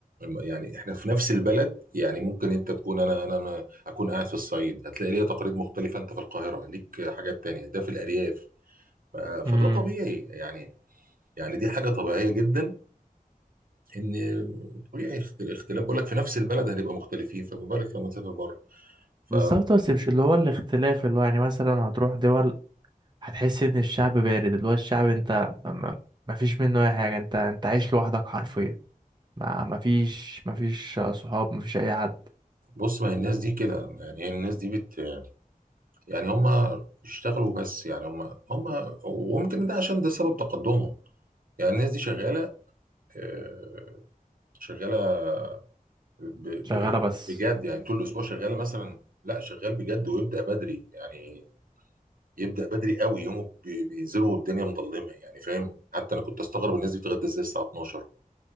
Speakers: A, on the right; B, on the right.
A: يعني احنا في نفس البلد يعني ممكن انت تكون انا انا ما اكون قاعد في الصعيد هتلاقي ليا تقاليد مختلفة انت في القاهرة ليك حاجات تانية ده في الارياف ف... فده
B: مم.
A: طبيعي يعني يعني دي حاجة طبيعية جدا ان طبيعي اخت- اختلاف بقول لك في نفس البلد هنبقى مختلفين فما بالك لما تسافر بره فبص
B: بالظبط بس مش اللي هو الاختلاف اللي هو يعني مثلا هتروح دول هتحس ان الشعب بارد اللي هو الشعب انت ما ما فيش منه اي حاجه انت انت عايش لوحدك حرفيا ما ما فيش ما فيش صحاب ما فيش اي حد
A: ما هي الناس دي كده يعني هي الناس دي بت يعني هم اشتغلوا بس يعني هم هم وممكن ده عشان ده سبب تقدمهم يعني الناس دي شغالة آه، شغالة ب- ب-
B: شغاله بس
A: بجد يعني طول الأسبوع شغالة مثلا لا شغال بجد ويبدأ بدري يعني يبدأ بدري قوي يومه بي- بينزلوا والدنيا مظلمة يعني فاهم حتى أنا كنت أستغرب الناس دي بتتغدى إزاي الساعة 12